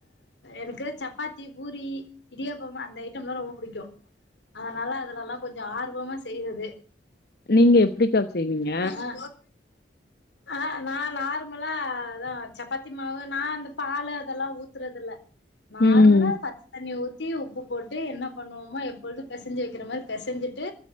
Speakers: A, on the left (about 75°); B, on the left (about 55°).
A: எனக்கு சப்பாத்தி பூரி இடியாப்பமா அந்த ஐட்டம்லா ரொம்ப புடிக்கு. அதனால அதுல எல்லா கொஞ்ச ஆர்வமா செய்றது
B: நீங்க எப்டிக்கா செய்வீங்க?
A: ஆ ஆ நா நார்மலா அதா சப்பாத்தி மாவு நா அந்த பாலு அதெல்லா ஊத்துறது இல்ல நார்மலா
B: ம்
A: பச்ச தண்ணி ஊத் தி உப்பு போட்டு என்ன பண்ணுவமோ எப்பொழுது பெசஞ்சு வைக்கிற மாரி பெசஞ்சிட்டு